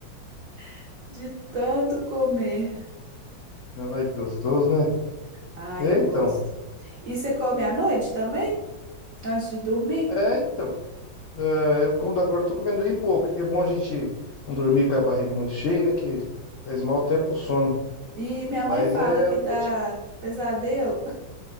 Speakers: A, on the right; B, on the left.
A: <laughs> de tanto comer.
B: Não vai que gostoso, né?
A: Ai,
B: É,
A: eu
B: então.
A: gosto. E você come à noite também, antes de dormir?
B: É, então. É, eu como da agora, tô comendo bem pouco. Que é bom a gente não dormir com a barriga muito cheia, né? Que faz mal até pro sono.
A: E minha
B: Mas
A: mãe fala
B: é...
A: que
B: à
A: dá
B: noite-
A: pesadelo.